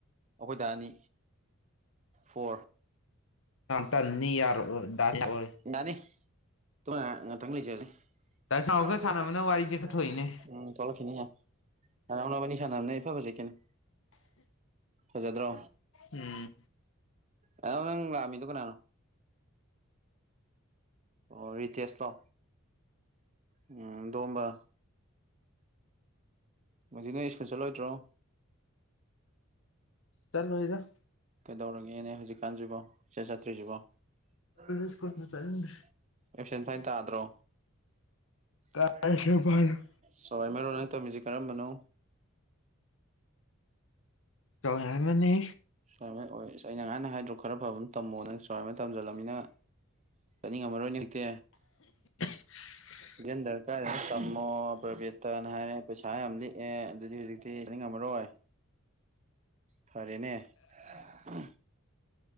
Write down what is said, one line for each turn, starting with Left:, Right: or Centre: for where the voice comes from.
Right: ꯑꯈꯣꯏꯗ ꯑꯅꯤ ꯐꯣꯔ
Left: ꯇꯟꯅꯤ
Right: <unintelligible>
Left: ꯌꯥꯔꯣꯏ ꯗꯥ ꯌꯥꯔꯣꯏ
Right: ꯗꯥꯅꯤꯇꯨꯝꯃ ꯉꯥꯛꯇꯪ ꯂꯩꯖꯅꯤ <unintelligible>
Left: ꯗꯥ ꯁꯥꯎꯒ ꯁꯥꯟꯅꯕꯅ ꯋꯥꯔꯤꯁꯦ ꯈꯔ ꯊꯣꯛꯏꯅꯦ
Right: ꯎꯝ ꯊꯣꯛ ꯂꯛ ꯈꯤꯅꯤꯌꯦ ꯗꯅꯥꯎ ꯅꯕꯥꯏꯅꯤ ꯁꯥꯟꯅꯕꯅꯦ ꯐꯕꯖꯦ ꯀꯩꯅꫭ ꯐꯖꯗ꯭ꯔꯣ
Left: ꯎꯝ
Right: ꯑꯗꫭ ꯅꯪ ꯂꯥꯛ ꯑꯝꯃꯤꯗꫭ ꯀꯅꯥꯅꯣ ꯑꯣ ꯔꯤꯇꯦꯁ ꯂꯣ ꯎꯝ ꯗꯣꯝꯕ ꯃꯨꯖꯤ ꯅꫭꯏ ꯏꯁ꯭ꯀꯨꯜ ꯆꯠꯂꯣꯏꯗ꯭ꯔꯣ
Left: ꯆꯠꯂꯣꯏꯗ
Right: ꯀꯩꯗꯧꯔꯒꯦꯅꯦ ꯍꯧꯖꯤꯛꯀꯥꯟꯖꯤꯕꯣ ꯁꯨ ꯆꯠꯇ꯭ꯔꯤꯖꯤꯕꯣ ꯇꯜꯂꯦ
Left: ꯁ꯭ꯀꯨꯜꯒ
Right: ꯏꯁ꯭ꯀꯨꯜꯒ
Left: ꯆꯠꯅꯤꯡꯗ꯭ꯔꯦ
Right: ꯆꯠꯅꯤꯡꯗꯔꯦ ꯑꯦꯞꯁꯦꯟ ꯐꯥꯏꯟ ꯇꯥꯗ꯭ꯔꯣ
Left: ꯀꯥꯏꯗꯅꯣ
Right: ꯀꯥꯏꯗꯩ ꯑꯦꯞꯁꯦꯟ ꯐꯥꯏꯟꯅꫭ ꯇꯋꯥꯏꯃ ꯅꯪꯅ ꯇꯧꯔꯝꯃꯤꯖꯦ ꯀꯔꯝꯕꯅꯣ
Left: ꯇꯧ ꯌꯥꯏ ꯃ ꯅꯦ
Right: ꯐꫭꯔꯃꯦꯠ ꯑꯣꯏꯌꯦ ꯑꯁ ꯑꯩꯅ ꯉꯍꯥꯟꯅ ꯍꯥꯏꯗ꯭ꯔꯣ ꯈꯔ ꯐꯕ ꯑꯃ ꯇꯝꯃꯣ ꯅ ꯁꯨꯃꯥꯏꯅ ꯇꯝꯖꯜꯂꯝꯃꯤꯅ ꯆꯠꯅꯤꯡꯉꯝꯃꯔꯣꯏꯅꯦ ꯍꯧꯖꯤꯛꯇꯤ
Left: <unintelligible>
Right: ꯗꯤ ꯑꯦꯝ ꯗꯔ ꯀꯥꯏꯗꯅꫭ ꯇꯝꯃꯣ ꯄ꯭ꯔꯕꯦꯠꯇꯅ ꯍꯥꯏꯔꯦ ꯄꯩꯁꯥ ꯌꯥꯝ ꯂꯤꯛꯑꯦ ꯑꯗꯨꯗꯤ ꯍꯧꯖꯤꯛꯇꯤ ꯆꯠ ꯅꯤꯡꯉꯝꯃꯔꫭ ꯔꫭꯏ ꯐꯔꯦꯅꯦ ꯎꯝ